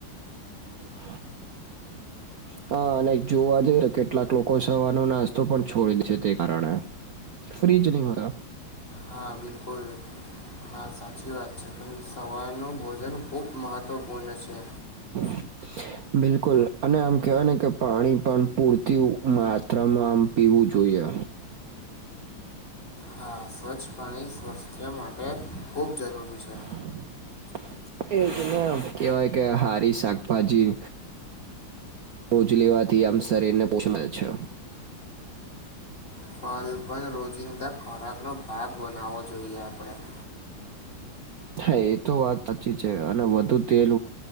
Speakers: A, on the right (about 60°); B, on the left (about 25°).
A: <inaudible> હા અને જોવા જઈએ તો કેટલાક લોકો સવારનો નાસ્તો પણ છોડી દે છે તે કારણે ફ્રિજ નો હોતા
B: હા બિલકુલ હા સાચી વાત છે પણ સવારનું ભોજન ખૂબ મહત્વપૂર્ણ છે.
A: <unintelligible> બિલકુલ અને આમ કેવાય ને કે પાણી પણ પૂરતી માત્રામાં આમ પીવું જોઈએ.
B: હા સ્વચ્છ પાણી સ્વાસ્થ્ય માટે ખૂબ જરૂરી છે.
A: <inaudible> કેવાય કે હારી શાકભાજી રોજ લેવાથી આમ શરીર ને પોષણ મળે છે.
B: ફલ પણ રોજિંદા ખોરાકનો ભાગ બનાવવો જોઈએ આપણે
A: હા એ તો વાત સાચી છે અને વધુ તેલ